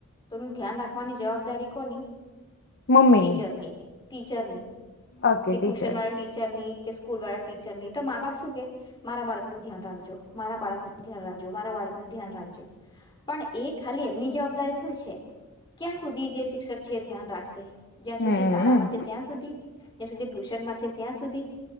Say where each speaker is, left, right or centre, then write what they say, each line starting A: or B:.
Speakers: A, on the left (about 20°); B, on the left (about 50°).
A: તો એનું ધ્યાન રાખ વાની જવાબદારી કોની
B: મમ્મીની
A: ટીચરની, ટીચરની
B: ઓકે
A: કે
B: ટીચરની
A: ટુશનવાળા ટીચરની. કે સ્કૂલવાળા ટીચરની તો મા બાપ શું કે મારા બાળકનું ધ્યાન રાખજો. મારા બાળકનું ધ્યાન રાખજો મારા બાળકનું ધ્યાન રાખજો પણ એ ખાલી એમની જવાબદારી થોડી છે કયાં સુધી જે શિ ક્ષક છે એ ધ્યાન રાખશે જ્યાં
B: હમ
A: સુધી શાળામાં છે ત્યાં સુધી <unintelligible> ટ્યુશનમાં છે ત્યાં સુધી